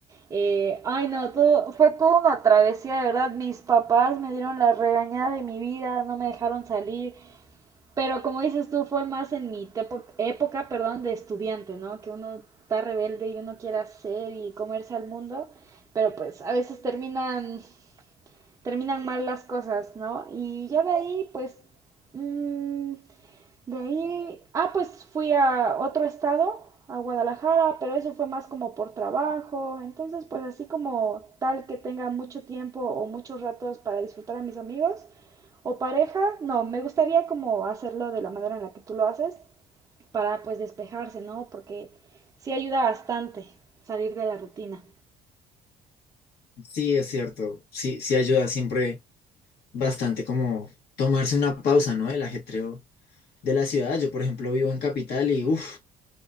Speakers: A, on the right; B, on the left.
A: Eh, ay, no, todo, fue toda una travesía, de verdad. Mis papás me dieron la regañada de mi vida, no me dejaron salir. Pero como dices tú, fue más en mi tepo- época, perdón, de estudiante, ¿no? Que uno está rebelde y uno quiere hacer y comerse al mundo, pero pues a veces terminan, terminan mal las cosas, ¿no? Y ya de ahí, pues, mm, de ahí, ah, pues fui a otro estado, a Guadalajara, pero eso fue más como por trabajo, entonces pues así como tal que tenga mucho tiempo o muchos ratos para disfrutar a mis amigos. O pareja, no, me gustaría como hacerlo de la manera en la que tú lo haces para pues despejarse, ¿no? Porque sí ayuda bastante salir de la rutina.
B: Sí, es cierto. Sí, sí ayuda siempre bastante como tomarse una pausa, ¿no? El ajetreo de la ciudad. Yo, por ejemplo, vivo en capital y uff,